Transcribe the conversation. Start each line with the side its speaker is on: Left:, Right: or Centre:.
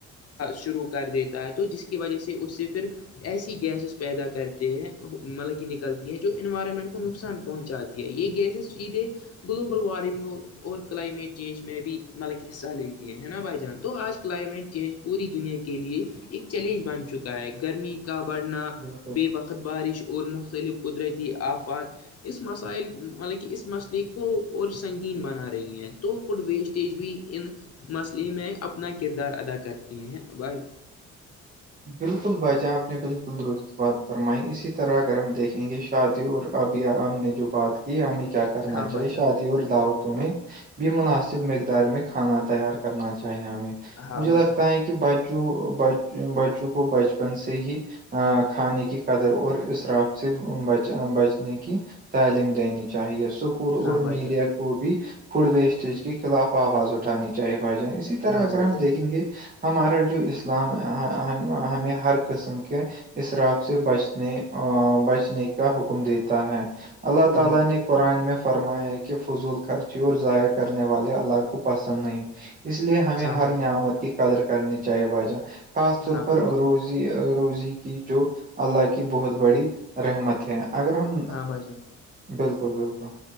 Left: شروع کر دیتا ہے تو جس کی وجہ سے اس سے پھر ایسی گیسز پیدا کرتے ہیں مطلب کہ نکلتی ہیں جو انوائرمنٹ کو نقصان پہنچاتے یہ گیسز سیدھے گلوبل وارمنگ اور کلائمیٹ چینج میں بھی مطلب کہ حصہ لیتی ہیں ہے نا بھائی جان تو آج کلائمیٹ چینج پوری دنیا کے لیئے ایک چیلنج بن چکا ہے ائے گرمی کا بڑھنا
Right: بالکل
Left: بے وقت بارش اور مختلف قدرتی آفات اس مسائل مطلب کہ اس مسئلے کو اور سنگین بنا رہی ہیں تو فوڈ ویسٹ تیج بھی ان مسئلے میں اپنا کردار ادا کرتی ہیں بھائی
Right: بالکل باجا آپ نے بالکل درست بات فرمائی اسی طرح اگر ہم دیکھیں گے شادی اور اب ہم نے جو بات کی ہمیں کیا کر کرنا
Left: ہاں بھائی
Right: چاہی
Left: جان
Right: شادیور داوت تیں بھی مناسب مقدار میں کھانا تیار کرنا چاہیے ہمیں
Left: ہاں
Right: مجھے
Left: بھائی
Right: لگتا
Left: جان
Right: ہے کہ کہ بچوں ب بچوں کو بچپن سے ہی ا کھانے کی قدر اور اسرااب سے بچنے کی تعلیم دینی چاہیے اس اسکول اور
Left: ہاں بھائی
Right: میڈیا
Left: جان
Right: کو بھی فوڈ ویسٹیج کے خلاف آواز اٹھانی چائےے بھائی جائ اسی طرح
Left: ہاں
Right: اگر
Left: بھائی
Right: ہم
Left: جان
Right: دیکھیں گے ہمارا جو اسلام ہمیں ہر قسم کے اسراب سے بچنے بچنے کا حکم دیتا ہے اللہ
Left: ہاں
Right: تعالی
Left: بھائی جان
Right: نے قرآن میں فرمایا ہے کہ فضول خرچی اور ضائع کرنے والے علاق کو پسند نہیں اس لیے ہمیں
Left: ہاں
Right: ہر
Left: بھائی جان
Right: نعمت کی قدر کرنی چاہیے باجہ خاص طور
Left: ہاں
Right: پروز
Left: بھائی جان
Right: روزی روزی کی جو اللہ کی بہت بڑی رحمت ہے اگر ہم
Left: ہاں بھائی جان
Right: بالکل بالکل